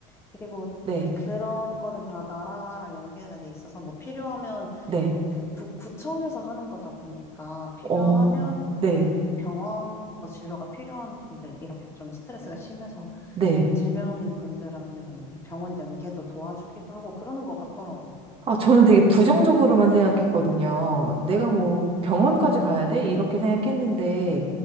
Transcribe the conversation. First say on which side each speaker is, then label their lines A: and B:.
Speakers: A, on the left; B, on the right.
A: 그리고
B: 네,
A: 그런 거는 다 나라랑 연계가 돼 있어서, 뭐 필요하면
B: 네,
A: 그 부- 구청에서 하는 거다 보니까 필요하면
B: 어,
A: 어,
B: 네,
A: 그 병원 뭐 진료가 필요한 분들 이렇게 좀 스트레스가 심해서
B: 네.
A: 질병인 분들한테는 뭐 병원 연계도 도와주기도 하고 그러는 것 같더라고요.
B: 아, 저는 되게 부정적으로만 생각했거든요. 내가 뭐
A: 오
B: 병원까지 가야 돼? 이렇게 생각했는데,